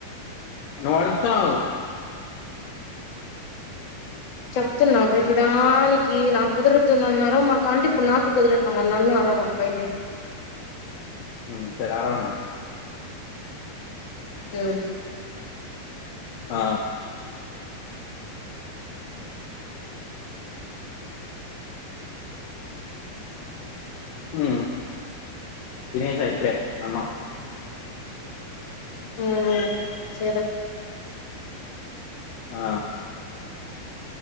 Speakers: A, on the left (about 75°); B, on the left (about 60°).
A: నువ్వు అరుస్తున్నావ్
B: చెప్తున్నా ప్రతిదానికి నాకు కుదురుతున్నారో మాకంటే ఇప్పుడు నాకు కుదిరట్ల మరి నన్ను అర్వమాకు పయితే
A: హు సరే అరవను
B: హు
A: ఆ హు తినేసా ఇప్పుడే అన్నాం
B: హు సరే
A: ఆ